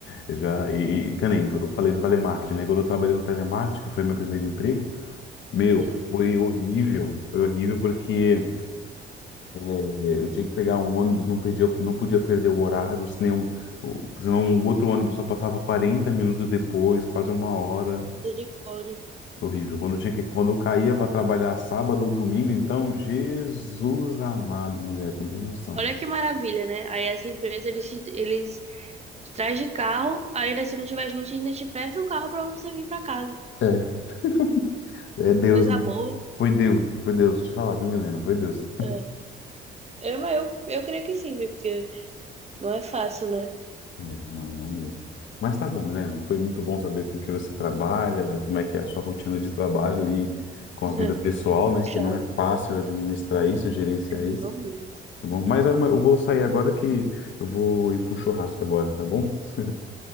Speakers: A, on the left; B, on the right.
A: eu já, e, e, que nem eu falei do telemarketing, né? Quando eu trabalhei no telemarketing, que foi meu primeiro emprego, meu,
B: Sim,
A: foi horrível. Foi horrível porque eh, eu tinha que pegar um ônibus, não perdia, não podia perder o horário, senão, o- senão um outro ônibus só passava 40 minutos depois, quase uma hora.
B: misericórdia.
A: Horrível. Quando eu tinha que, quando eu caía para trabalhar sábado ou domingo, então, Jesus amado, mulher, tu não tem noção.
B: Olha que maravilha, né? Aí essa empresa, eles, te- eles te traz de carro, ainda se não tiver gente, ainda te presta um carro pra você vir pra casa.
A: É, <laughs> é Deus,
B: Coisa
A: né?
B: boa.
A: Foi Deus, foi Deus, vou te falar, viu, Milena? Foi Deus.
B: É, É, mas eu, eu creio que sim, viu? porque não é fácil, né?
A: É, não, não mesmo. Mas tá bom, Milena. Foi muito bom saber com o que você trabalha, como é que é a sua rotina de trabalho e com
B: <laughs>
A: a vida pessoal, né?
B: Puxado.
A: Que não é fácil administrar isso, gerenciar
B: Não
A: isso.
B: mesmo.
A: Tá bom? Mas ah, mas eu vou sair agora que eu vou ir para um churrasco agora, tá bom? <laughs>